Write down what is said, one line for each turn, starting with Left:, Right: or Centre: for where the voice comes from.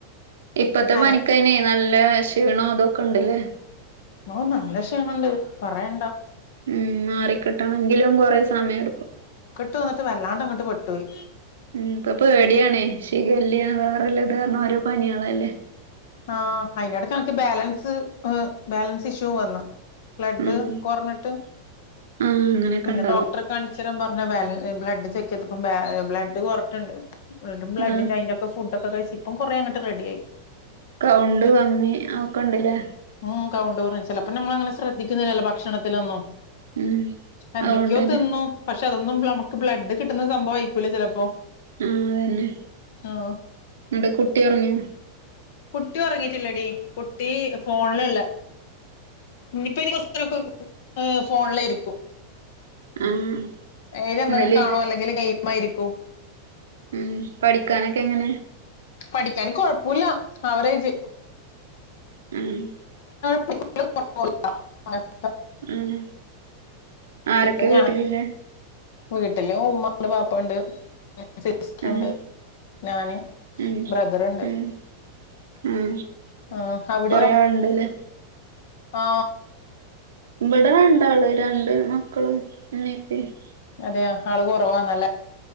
Right: ഇപ്പത്തെ
Left: അന
Right: പനിക്കനെ നല്ല ക്ഷീണം ഇതൊക്കെ ഉണ്ടല്ലേ
Left: ന നല്ല ക്ഷീണുണ്ട് പറയണ്ടാ
Right: ഉം മാറിക്കിട്ടണെങ്കിലും കൊറെ സമയം എടുക്കും
Left: ഇ്ന്നിട്ട് വല്ലാണ്ട് അങ്ങോട്ട് പെട്ട പോയി
Right: ഉ ഇപ്പൊ പേടിയണേ ശിഖല് വേറെല്ല ഇത് കാരണം ഓരോ പനിയാളല്ലേ
Left: ആഹ അയിന്റെടക്ക് ബാലൻസ് ബാലൻസ് ഇഷ്യൂ വന്ന് ബ്ലഡ്
Right: ഉം
Left: കുറഞ്ഞിട്ട്
Right: ആഹ് അങ്ങനെയൊക്കെ
Left: പിന്നെ
Right: ഇണ്ടാവും
Left: ഡോക്ടറെ കാണിച്ചരാൻ പറഞ്ഞ ബ്ഡ് ചെക്ക് ചെയത്തിപ്പ ബ്ലഡ് കുറഞ്ഞിട്ടുണ്ട് ബ്ലഡ്
Right: ആഹ്
Left: അതിൻ്റെ ഒകെ ഫുഡൊക്കെ കഴിച്ച ഇപ്പം കൊറേ അങ്ങോട്ട് റെഡി ആയി
Right: കൗണ്ട് കമ്മി ഒക്കെ ഉണ്ടല്ലേ
Left: ഉ കൗണ്ട് കുറഞ്ഞ് ചിലപ്പോ നമ്മൾ അങ്ങനെ ശ്രദ്ധിക്കുന്നില്ലല്ലോ ഭക്ഷണത്തിലൊന്നും
Right: ഉം
Left: എന്തൊക്കെയോ
Right: അതുകൊണ്ടന്നെ
Left: തിന്നു പക്ഷ പക്ഷ അതൊന്നും നമുക്ക് ബ്ലഡ് കിട്ടുന്ന സംഭവംമായിക്കൂല്ല ചിലപ്പോ
Right: ആ അതന്നെ
Left: ആഹ്
Right: നിടെ കുട്ടി ഉറങ്ങിയ
Left: ഉറങ്ങയിട്ടില്ലേടി കുട്ടി ഫോണിലല്ല ഇനിയിപ്പോ ഇനി കുറച്ച് നേര ഒകെ ഫോണിആയിരിക്കും
Right: ആഹ്
Left: ഇത് അതിലും
Right: ഇന്നലെ
Left: കാണോ അല്ലെങ്കിൽ ഡെയിലി ചുമ്മ ഇരിക്കും
Right: ഉം പഠിക്കാനൊക്കെ എങ്ങനെ
Left: പഠിക്കാന് കൊഴപ്പമില്ല അവറേജ്
Right: ഉം
Left: <inaudible> <inaudible>
Right: ഉഹ ആരൊക്കെ
Left: പിന്നെ
Right: വീട്ടിലില്ല
Left: ഞാൻ വീട്ടില് ഉമ്മ ഉണ്ട് പാപ്പ ഉണ്ട് സിസ്റ്റർണ്ട്
Right: ഉം
Left: ഞാന്
Right: ഉം
Left: ബ്രദറുണ്ട്
Right: ഉം ഉം
Left: ആ അവിട്യോ
Right: കൊറേ ആളുണ്ടല്ലേ
Left: ആ
Right: ഇവിടെ രണ്ടാള് രണ്ട് മക്കളും ഇമമീം ഇപ്പീമ്മ്
Left: അതെയോ ആള് കൊറവാണ്ല്ലേ